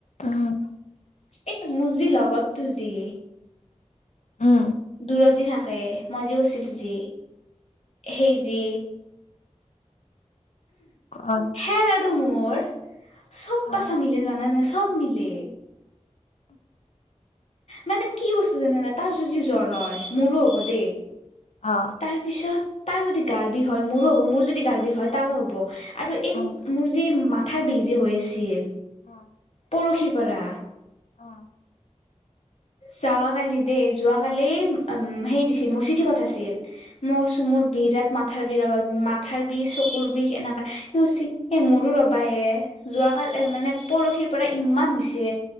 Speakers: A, on the left (about 75°); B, on the left (about 60°).
A: উম
B: এ মোৰ যি লগৰটো যি।
A: উম
B: দূৰত যে থাকে, মই যে কৈছিলোঁ যে সেই যে।
A: অ'।
B: হেৰ আৰু মোৰ চব
A: অ
B: কথা‌ মিলে, চব মিলে। মানে কি বস্তু জানানা, তাৰ যদি জ্বৰ হয়। মোৰো হ'ব দেই।
A: অ'।
B: তাৰ পিছত তাৰ যদি গাৰ বিষ হয়, মোৰো হ'ব। মোৰ যদি গাৰ বিষ হয়, তাৰো হ'ব। আৰু এই
A: অ
B: মোৰ যে মাথাৰ বিষ যে হৈ আছিল,
A: অ
B: পৰশিৰ পৰা।
A: অ'।
B: যোৱা কালি দেই, যোৱ কালি উম্, হেৰি দিছিল মোৰ চিঠি পঠাইছিল। মৌ চুমুৰ বিৰাট মাথাৰ বিষ ৰ'বাহে মাথাৰ বিষ, চকুৰ বিষ, এনেকা সিহঁতে এই মোৰো ৰবাই যোৱকালি মানে পৰশিৰ পৰা ইমান হৈছে,